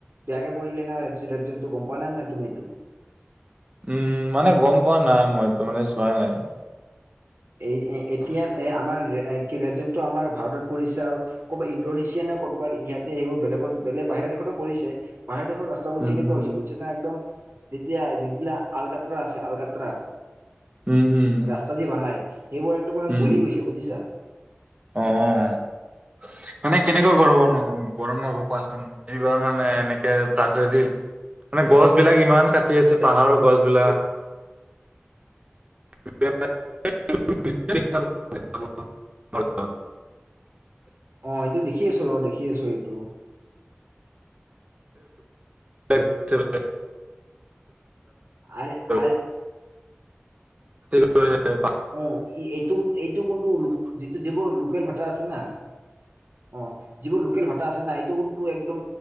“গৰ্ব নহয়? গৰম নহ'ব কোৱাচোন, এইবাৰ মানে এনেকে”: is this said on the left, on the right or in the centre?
Right